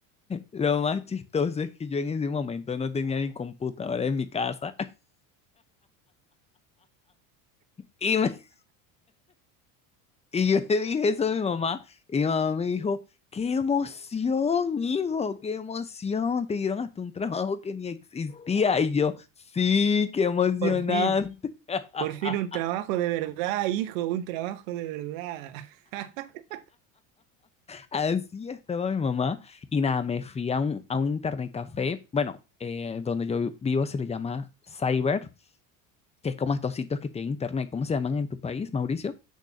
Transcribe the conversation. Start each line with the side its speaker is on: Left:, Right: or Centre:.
Left: Lo más chistoso es que yo en ese momento no tenía ni computadora en mi casa. <laughs> Y, me- y yo le dije eso a mi mamá. Y mi mamá me dijo, ¡qué emoción, hijo! ¡Qué emoción! Te dieron hasta un trabajo que ni existía. Y yo, sí, qué emocionante.
Right: Por fin.
Left: <laughs>
Right: Por fin un trabajo de verdad, hijo, un trabajo de verdad. <laughs>
Left: Así estaba mi mamá. Y nada, me fui a un, a un internet café. Bueno, eh, donde yo vivo se le llama Cyber, que es como estos sitios que tienen internet. ¿Cómo se llaman en tu país, Mauricio?